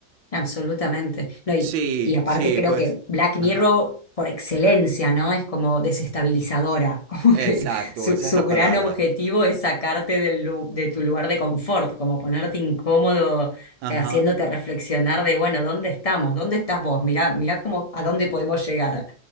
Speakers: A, on the left; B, on the right.
A: absolutamente. No, y,
B: Sí,
A: y aparte
B: sí,
A: creo
B: pues...
A: que Black Mirror
B: Ajá.
A: por excelencia, ¿no? Es como desestabilizadora, <laughs> como
B: Exacto,
A: que su,
B: esa
A: su
B: es la
A: gran
B: palabra.
A: objetivo es sacarte del, lu- de tu lugar de confort, como ponerte incómodo,
B: Ajá.
A: eh, haciéndote reflexionar de, bueno, ¿dónde estamos? ¿Dónde estás vos? Mirá, mirá cómo, a dónde podemos llegar.